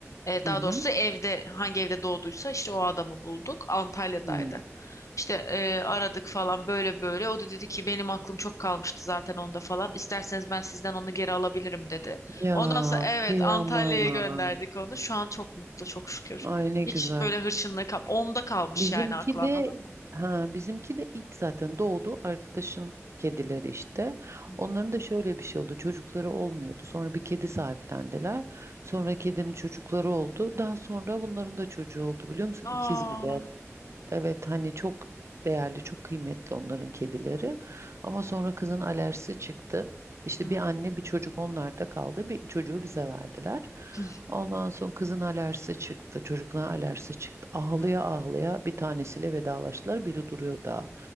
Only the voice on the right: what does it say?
Hı
hı.
hı.
Ya
kıyamam.
Ay ne
güzel.
Bizimki
de
ha bizimki de ilk zaten doğdu arkadaşın kedileri işte.
Onların da şöyle bir şey oldu. Çocukları olmuyordu. Sonra bir kedi sahiplendiler. Sonra kedinin çocukları oldu. Daha sonra bunların da çocuğu oldu biliyor musun?
İkiz bir de. Evet hani çok değerli, çok kıymetli onların kedileri. Ama sonra kızın alerjisi çıktı. İşte
bir anne bir çocuk onlarda kaldı. Bir çocuğu bize verdiler.
Ondan sonra kızın alerjisi çıktı. Çocukların alerjisi çıktı. Ağlaya
ağlaya bir tanesiyle vedalaştılar. Biri duruyor daha.